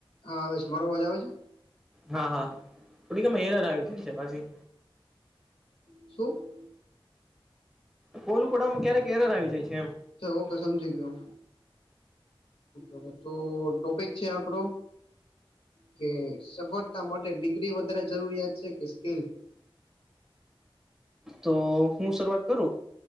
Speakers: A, on the left; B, in the centre.
A: હા આવે છે મારો અવાજ આવે છે.
B: હા હા થોડી આમાં એરર આવી જાય છે પાછી.
A: શુ
B: કોલુ <unintelligible> ક્યારે ક એરર આવી જાય છે એમ.
A: ઓકે સમજી ગયો ઓકે તો ટોપિક છે આપડો કે સફળતા માટે ડિગ્રી વધારે જરૂરિયાત છે કે સ્કીલ.
B: તો હું શરૂઆત કરું.